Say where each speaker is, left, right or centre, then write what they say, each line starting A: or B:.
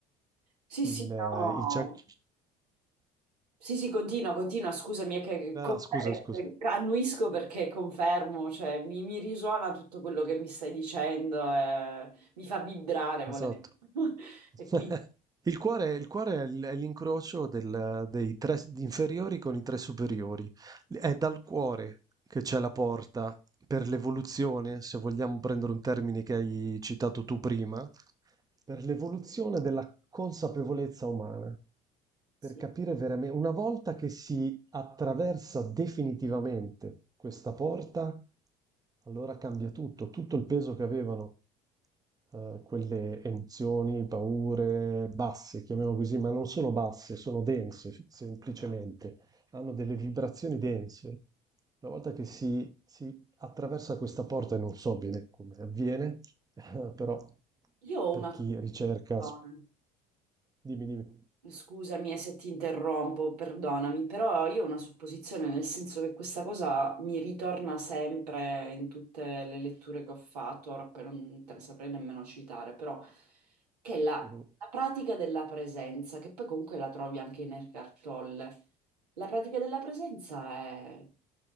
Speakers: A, on the right (about 80°); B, on the right (about 20°).
A: Sì, sì,
B: il, eh,
A: no.
B: il chakra...
A: Sì, sì, continua, continua, scusami, è che
B: Ah,
A: con-
B: scusa,
A: eh,
B: scusa.
A: annuisco perché confermo, cioè mi, mi risuona tutto quello che mi stai dicendo, eh, mi fa vibrare volendo.
B: Esatto.
A: <laughs> E
B: <laughs>
A: quindi
B: Il cuore il cuore è l è l'incrocio del dei 3 s inferiori con i 3 superiori. L è dal cuore che c'è la porta per l'evoluzione, se vogliamo prendere un termine che hai citato tu prima, per l'evoluzione della consapevolezza umana, per
A: sì.
B: capire veramen una volta che si attraversa definitivamente questa porta, allora cambia tutto, tutto il peso che avevano eh, quelle emozioni, paure basse, chiamiamo così, ma non sono basse, sono dense, semplicemente, hanno delle vibrazioni dense. Una volta che si, si attraversa questa porta, e non so bene come avviene, <laughs> però
A: Io ho
B: per
A: una
B: chi
A: soluzione.
B: ricerca, s- dimmi, dimmi.
A: Scusami eh, se ti interrompo, perdonami, però io ho una supposizione, nel senso che questa cosa mi ritorna sempre in tutte le letture che ho fatto, ora poi non te le saprei nemmeno citare, però che è la,
B: Mhm.
A: la pratica della presenza, che poi comunque la trovi anche in Eckhart Tolle, la pratica della presenza è